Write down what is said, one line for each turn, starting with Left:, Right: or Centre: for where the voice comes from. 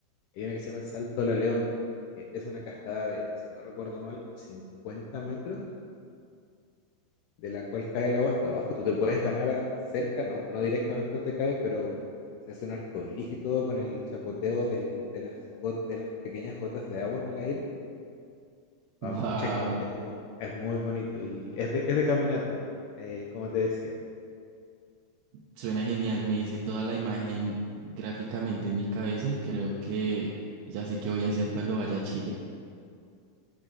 Left: Hay una que se llama el Salto de la Leona, que es una cascada de, si no recuerdo mal, 50 metros, de la cual cae el agua hasta abajo y tú te puedes ganar a- a cerca, no, no directamente donde cae, pero se hace un arco iris y todo con el chapoteo del- de, las got- de las pequeñas gotas de agua en el aire. Para
Right: Wow,
Left: mucha gente es muy, es muy bonito y es de, es de caminata, eh, como te decía.
Right: suena genial, me hice toda la imagen gráficamente en mi cabeza y creo que ya sé qué voy a hacer cuando vaya a Chile.